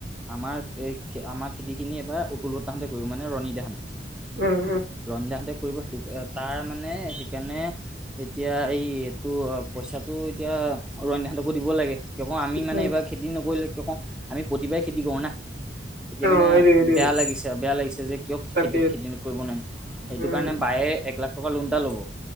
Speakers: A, in the centre; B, on the right.
A: আমাৰ-আমাৰ খেতিখিনি এবাৰ অতুল ব তাহাঁতে কৰিব। মানে ৰণী তাহাঁতে
B: উম উম
A: ৰণ দাহঁতে কৰিব সেইটো। তাৰ মানে, সেইকাৰণে এতিয়া এই-এইটো পইচাটো এতিয়া অৰণ্য দিব লাগে। কিয় কওঁ, আমি মানে
B: উম
A: এইবাৰ খেতি নকৰিলে। কিয় কওঁ আমি প্ৰতিবাৰে খেতি কৰো না। এতিয়া
B: অ
A: মানে
B: সেইটোৱে সেইটোৱে
A: বেয়া লাগিছে, বেয়া লাগিছে যে, কিয়
B: তাকে
A: খেতি-খেতি কৰিব নোৱাৰিম। সেইটো
B: উম
A: কাৰণে বায়ে এককলাখ ল'